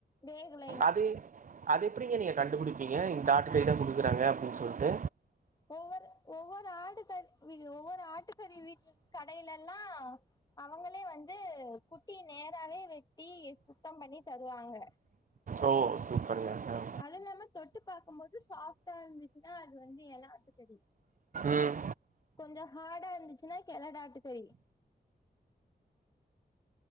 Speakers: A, on the left; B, on the right.
A: வேகலைன்னா
B: அது அது எப்டிங்க நீங்க கண்டுபுடிப் ப்பீங்க இந்த ஆட்டுக்கறிதா குடுக்குறாங்க அப்டின் சொல்ட்டு
A: ஒவ்வொரு ஒவ்வொரு ஆடு கறி ஒவ்வொரு ஆட்டு கறி வீட்டு கடையில எல்லா அவங்களே வந்து குட்டிய நேராவே வெட்டி சுத்தம் பண்ணி தருவாங்க
B: ஓ சூப்பருங்க ஆ
A: அதில்லாம தொட்டு தொட்டுப்பாக்கும் போது சாஃப்டா இருந்துச்சுன்னா அது வந்து எல ஆட்டு கறி
B: ம்
A: கொஞ்சோ ஹாடா இருந்துச்சுன்னா கெளடாட்டு கறி